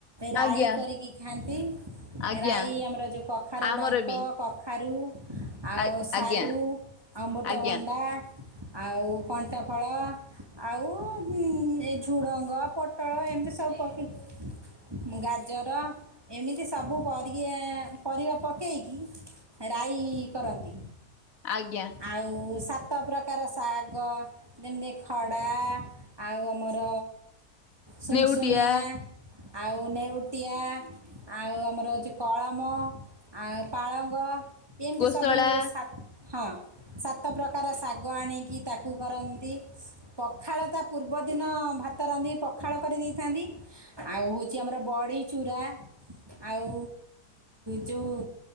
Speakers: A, on the right (about 15°); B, on the left (about 65°).
A: ରାଇ
B: ଆଜ୍ଞା ଆଜ୍ଞା
A: କରିକି ଖାଆନ୍ତି
B: ଆଜ୍ଞା
A: ରାଇ ଆମର ଯେଉଁ କଖାରୁ
B: ଆମର
A: ଡଙ୍କ
B: ବି
A: କଖାରୁ ଆଉ
B: ଆ
A: ସାରୁ
B: ଆଜ୍ଞା
A: ଅମୃତଭଣ୍ଡା
B: ଆଜ୍ଞା
A: ଆଉ କଣ୍ଟଫଳ ଆଉ ଏ ଝୁଡ଼ଙ୍ଗ ପୋଟଳ ଏମିତି ସବୁ ଗାଜର ଏମିତି ସବୁ ପର ପରିବା ପକେଇକି ରାଇ କରନ୍ତି
B: ଆଜ୍ଞା
A: ଆଉ ସାତ ସତ ପ୍ରକାର ଶାଗ ଯେମିତି ଖଡ଼ା ଆଉ ଆମର ଶନସନଆ
B: ନେଉଟିଆ
A: ଆଉ ନେଉଟିଆ ଆଉ ଆମର ହେଉଛି କଳମ ଆଉ ପାଳଙ୍ଗ ଏମିତି
B: କୋଶଳା
A: ସବୁ ସାତ ହଁ ସାତ ପ୍ରକାର ଶାଗ ଆଣିକି ତାକୁ କରନ୍ତି ପଖାଳ ତା ପୂର୍ବ ଏକ ଦିନ ଭାତ ରାନ୍ଧି ପଖାଳ କରିଦେଇଥାନ୍ତି ଆଉ ହେଉଛି ଆମର ବଡ଼ି ଚୁରା ଆଉ ଯୋଉ